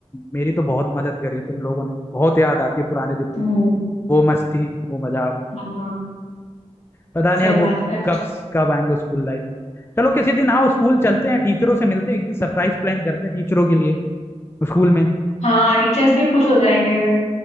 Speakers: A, on the left; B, on the left.
A: मेरी तो बहुत मदद करी है तुम लोगों ने बहुत याद आती है पुराने दिनों
B: हम्म
A: की वो मस्ती वो मजाक
B: हाँ
A: पता नहीं
B: सही
A: अब वो
B: बात है
A: कब कब आएंगे स्कूल लाइफ चलो किसी दिन आओ स्कूल चलते हैं टीचरों से मिलते हैं एक दिन सरप्राइज प्लान करते हैं टीचरों के लिए स्कूल में
B: हाँ टीचर्स भी खुश हो जाएंगे